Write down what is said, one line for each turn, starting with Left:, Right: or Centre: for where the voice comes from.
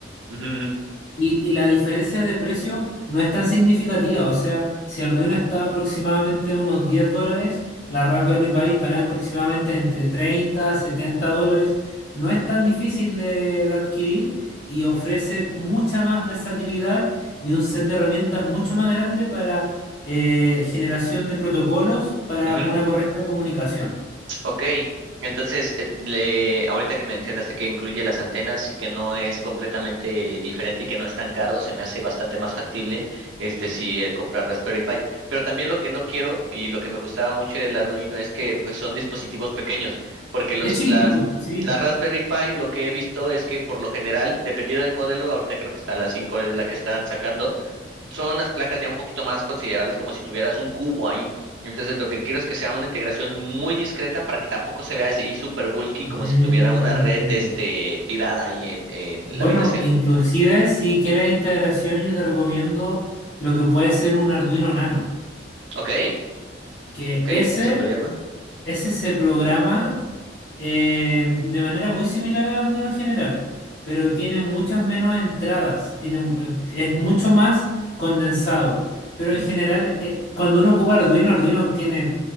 Right: ujú, ujú,
Left: Y, y la diferencia de precio no es tan significativa, o sea, si Arduino está aproximadamente a unos 10 dólares, la Raspberry Pi estará en aproximadamente entre 30 a 70 dólares. No es tan difícil de, de adquirir y ofrece mucha más versatilidad y un set de herramientas mucho más grande para eh, generación de protocolos para
Right: ujú.
Left: una correcta comunicación.
Right: Ok, entonces, eh, le, ahorita que mencionaste que incluye las antenas y que no es completamente diferente y que no es tan caro, se me hace bastante más factible este si el comprar Raspberry Pi. Pero también lo que no quiero y lo que me gustaba mucho del Arduino es que pues, son dispositivos pequeños, porque los,
Left: Es chiquitito,
Right: las,
Left: sí.
Right: la Raspberry Pi lo que he visto es que por lo general, dependiendo del modelo, ahorita creo que está la 5 es la que están sacando, son las placas ya un poquito más considerables, como si tuvieras un cubo ahí. Entonces, lo que quiero es que sea una integración muy discreta para que tampoco se vea así super bulky, como
Left: Mm,
Right: si tuviera una red
Left: entiendo.
Right: este, tirada ahí en, en
Left: Bueno,
Right: la habitación.
Left: inclusive si quieres integración, yo te recomiendo lo que puede ser un Arduino Nano,
Right: Ok,
Left: que
Right: ok,
Left: ese,
Right: eso me le llama.
Left: ese se programa eh, de manera muy similar al Arduino general, pero tiene muchas menos entradas, tiene, eh, es mucho más condensado. Pero
Right: Ujú,
Left: en general, eh, cuando uno ocupa Arduino, Arduino tiene